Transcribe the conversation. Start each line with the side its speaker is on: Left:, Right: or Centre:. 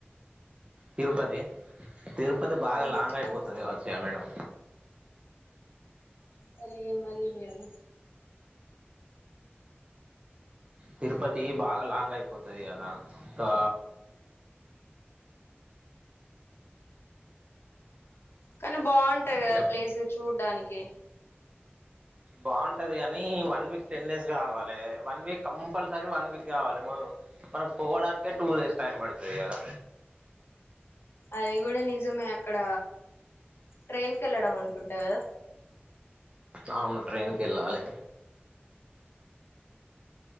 Right: తిరుపతి తిరు ఇప్పది బాగా
Left: ఉమ్
Right: లాంగ్ అయిపోతుంది
Left: అంతే
Right: గవచ్చయా మేడం
Left: అరే ఏ మళ్ళి మేడమ
Right: తిరుపతి బాగా లాంగ్ అయిపోతది కదా ఇంకా
Left: కను బాం టది గద
Right: హలో
Left: ప్లేస్ చూ దానికి
Right: బాగుంటది కానీ వన్ వీక్ టెన్ డేస్ కావాలి one week compulsory one week కావాలి మన మనకు పోవడానికే టూ డేస్ టైం పడుతుంది కదా
Left: అది కూడా నిజమే అక్కడ ట్రైన్కి కెళ్ళడం అనుకుంటా కదా
Right: అవును ట్రైన్ కెళ్ళాలే